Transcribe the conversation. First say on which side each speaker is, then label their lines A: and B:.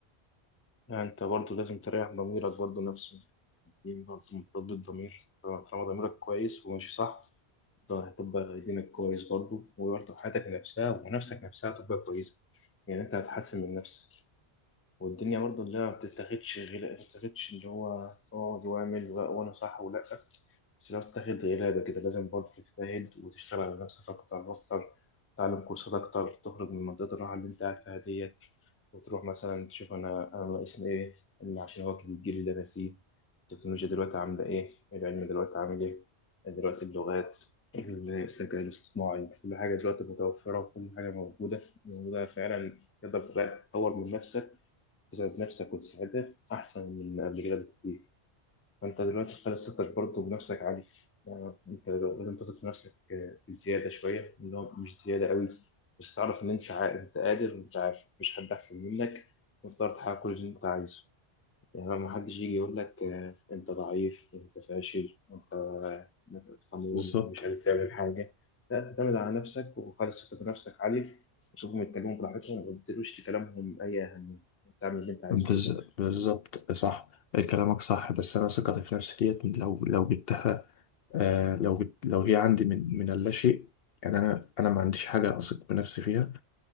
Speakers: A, on the left; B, on the left.
A: يعني انت برضه لازم تريح ضميرك برضه نفسه دي برضه مرتبط بالضمير طالما طالما ضميرك كويس وماشي صح ده هتبقى دينك كويس برضه وبرضه حياتك نفسها ونفسك نفسها هتبقى كويسة يعني انت هتحسن من نفسك والدنيا برضو اللي ما بتتاخدش غير ما بتتاخدش اللي هو اقعد واعمل وأ- وانا صح ولا بس لو بتاخد غلابة كده لازم برضه تجتهد وتشتغل على نفسك أكتر وأكتر تتعلم كورسات أكتر تخرج من منطقة الراحة اللي أنت قاعد فيها ديت وتروح مثلا تشوف أنا أنا ناقصني إيه إن عشان أواكب الجيل اللي أنا فيه التكنولوجيا دلوقتي عاملة إيه العلم دلوقتي عامل إيه دلوقتي اللغات الذكاء الاصطناعي كل حاجة دلوقتي متوفرة وكل حاجة موجودة موجودة فعلا تقدر تطور من نفسك تسعد نفسك وتسعدها أحسن من قبل كده بكتير فأنت دلوقتي خلاص ثقتك برضه بنفسك عالية يعني أنت لازم تثق في نفسك آه، بزيادة شوية اللي هو مش زيادة قوي بس تعرف إن أنت عا- أنت قادر وأنت عارف مفيش حد أحسن منك وتقدر تحقق كل اللي أنت عايزه يعني ما حدش يجي يقول لك آه، أنت ضعيف أنت فاشل أنت آه، خمول
B: بالظبط
A: ومش قادر تعمل حاجة لا اعتمد على نفسك وخلص ثقة بنفسك عالية وشوفهم يتكلموا براحتهم وما تديلوش لكلامهم أي أهمية. تعمل اللي انت عايزه
B: بز...
A: في الآخر
B: بالظبط صح كلامك صح بس انا ثقتي في نفسي ديت من- لو لو جبتها آه لو جبت لو هي عندي من من اللاشيء يعني انا انا ما عنديش حاجه اثق بنفسي فيها